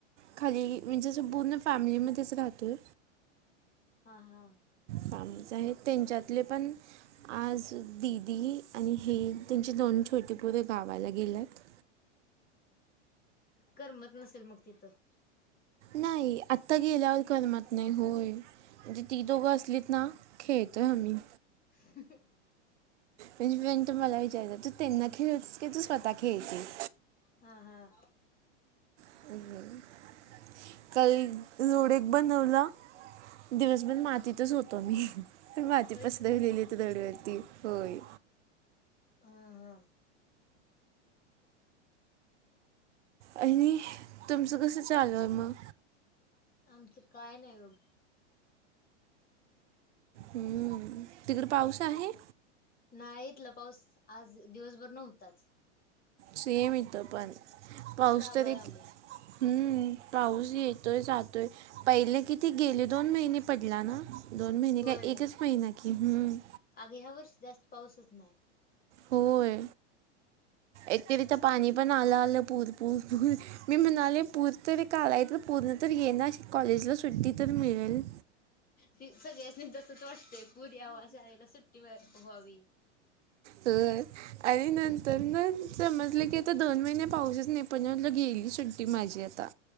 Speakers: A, on the right; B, on the left.
A: खाली म्हणजे ज पूर्ण फॅमिलीमध्येच राहतोय.
B: हा हा.
A: चालूच आहेत, त्यांच्यातले पण आज दिदी आणि हे त्यांचे छोटी पोर गावाला गेल्यात.
B: करमत नसेल मग तिथं.
A: नाही, आता गेल्यावर करमत नाही होय. म्हणजे ती दोघं असलीत ना खेळतोय आम्ही.
B: <inaudible>
A: म्हणजे फ्रेंड मला विचारत्यात, तू त्यांना खेळवतेस की तू स्वतः खेळतेस?
B: हां हां.
A: <inaudible> कल लोडक बनवलं दिवस बर मातीत तच होतो मी, माती
B: होय
A: पसरवलेली हीत रोडवरती होय.
B: हां हां.
A: आणि तुमचं कसं चालू आहे मग?
B: आमचं काय नाही बघ.
A: हम्म, तिकडे पाऊस आहे?
B: नाही इतलं पाऊस आज दिवसभर नव्हताच.
A: सेम इथं पण, पाऊस
B: फक्त आबाळ
A: तरी
B: आलय
A: हम्म, पाऊस येतोय जातोय पहिले किती गेले दोन महिने पडला ना? दोन महिने काय
B: होय
A: एकच महिना कि, हम्म.
B: अग ह्या वर्षी जास्त पाऊसच नाय.
A: होय, एक तर इथे पाणी पण आलं आलं पूरपूर पूर मी म्हणाले पूर तरी का आलाय पूर्ण तर येणा कॉलेजला सुट्टी तर मिळेल.
B: ती सगळ्यांसनी तसत वाटतय पुर यावा, शाळेला सुट्टी व व्हावी.
A: तर आणि नंतर न समजलं की आता दोन महिने पाऊसच नाही, पण म्हटलं गेली सुट्टी माझी आता.